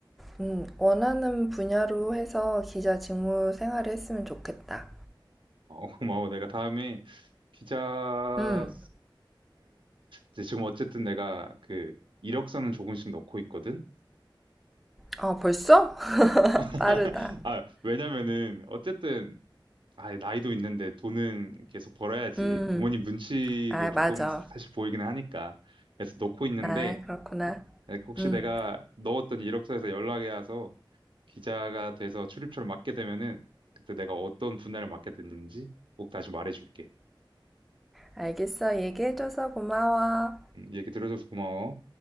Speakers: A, in the centre; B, on the right.
A: 음, 원하는 분야로 해서 기자 직무 생활을 했으면 좋겠다.
B: 어, 고마워. 내가 다음에 피자를
A: 음,
B: 이제 지금 어쨌든 내가 그 이력서는 조금씩 넣고 있거든.
A: 어, 벌써? <laughs>
B: <laughs>
A: 빠르다.
B: 아, 왜냐면은 어쨌든 아, 나이도 있는데 돈은 계속 벌어야지.
A: 음,
B: 부모님 눈치도
A: 아,
B: 조금
A: 맞아.
B: 사실 보이기는 하니까. 그래서 넣고 있는데
A: 아, 그렇구나.
B: 혹- 혹시
A: 음,
B: 내가 넣었던 이력서에서 연락이 와서 기자가 돼서 출입처를 맡게 되면은 그때 내가 어떤 분야를 맡게 됐는지 꼭 다시 말해줄게.
A: 알겠어. 얘기해줘서 고마워.
B: 음, 얘기 들어줘서 고마워.